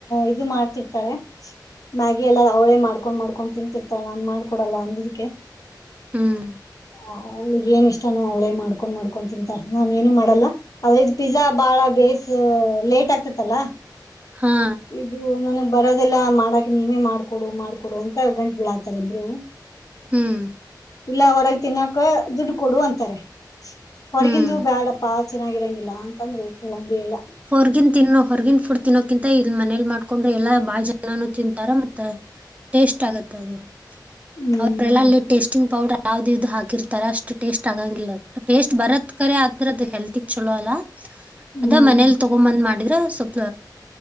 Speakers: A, on the left; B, on the right.
A: ಇದು ಮಾಡ್ತಿರ್ತಾಳೆ ಮ್ಯಾಗಿ ಎಲ್ಲ ಅವಳೇ ಮಾಡ್ಕೊಂಡ್ ಮಾಡ್ಕೊಂಡ್ ತಿಂತಿರ್ತಾಳೆ ನಾನನ್ ಮಾಡ್ಕೊಡಲ್ಲ ಅಂದದಕ್ಕೆ
B: ಹ್ಮ್
A: ಅವಳ್ಗೆ ಏನ್ ಇಷ್ಟನು ಅವಳೇ ಮಾಡ್ಕೊಂಡ್ ಮಾಡ್ಕೊಂಡು ತಿಂತಾಳೆ ನಾನೇಏನು ಮಾಡಲ್ಲ ಆದ್ರೆ ಪಿಜ್ಜಾ ಬಾಳ ಬೇಸ್ ಲೇಟ್ ಆಗ್ತತ್ತಲ್ಲ
B: ಹಾ
A: ಇದು ನನ್ನ ಬರೋದೆಲ್ಲ ಮಾಡಕ ನೀವೇ ಮಾಡ್ಕೊಡು ಮಾಡ್ಕೊಡು ಅಂತ ಗಂಟು ಬಿಳಾತಾರ ಇಬ್ರು
B: ಹ್ಮ್
A: ಇಲ್ಲ ಹೊರಗ್ ತಿನ್ನಾಕ ದುಡ್ ಕೊಡು ಅಂತಾರೆ ಹೊರಗಿಂದು
B: ಹ್ಮ್
A: ಬ್ಯಾಡಪ್ಪಾ ಚೆನ್ನಾಗಿರಂಗಿಲ್ಲ ಅಂತಂದ್ರೆ ಕೇಳಂಗಗೆ ಇಲ್ಲ
B: ಹೊರ್ಗಿನ್ ತಿನ್ನೋ ಹೊರ್ಗಿನ್ ಫಡ್ ತಿನ್ನೋಕಿಂತ ಇಲ್ ಮನೇಲಿ ಮಾಡ್ಕೊಂಡ್ರೆ ಎಲ್ಲಾ ಬಾಜನಾನ ತಿಂತಾರ ಮತ್ತ ಟೇಸ್ಟ್ ಆಗುತ್ತೆ ಅದು
A: ಹ್ಮ್
B: ಅವರೆಲ್ಲಲ್ಲಿ ಟೇಸ್ಟಿಂಗ್ ಪೌಡರ್ ಯಾವ್ದ ಇದು ಹಾಕಿರ್ತಾರೆ ಅಷ್ಟ್ ಟೇಸ್ಟ್ ಆಗಂಗಿಲ್ಲ ಟೇಸ್ಟ್ ಬರತ್ ಕರೆ ಆದ್ರ ಅದು ಹೆಲ್ತಿಗ್ ಚಲೋ ಅಲ್ಲ
A: ಹ್ಮ್
B: ಅದ ಮನೇಲಿ <unintelligible> ಮಾಡಿದ್ರ ಸ್ವಲ್ಪ